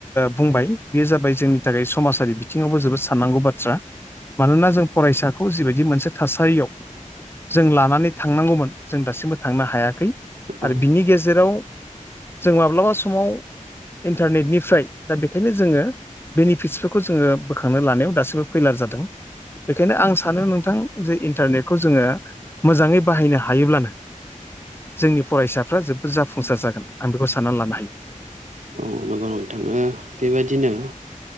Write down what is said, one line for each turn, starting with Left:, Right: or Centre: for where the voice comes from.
Left: बुंबाय बिजा जाय जोंनि थाखाय समाजारि बिथिङावबो जोबोद साननांगौ बाथ्रा। मानोना जों फरायसाखौ जिबायदि मोनसे थासारियाव जों लानानै थांनांगौमोन जों दासिमबो थांनो हायाखै आरो
Right: औ
Left: बिनि गेजेराव जों माब्लाबा समाव इन्टारनेटनिफ्राय दा बे बेंखायनो जोङो बेनिफिटसफोरखौ जोङो बोखांनो लानायाव दासिबो फैलार जादों बेखायनो आं सानो नोंथां जे इन्टारनेटखौ जोङो मोजाङै बाहायनो हायोब्लानो जोंनि फरायसाफ्रा जोबद जाफुंसार जागोन आं बेखौ साननानै लानो हायो।
Right: औ नंगौ नं थाङो बेबायदिनो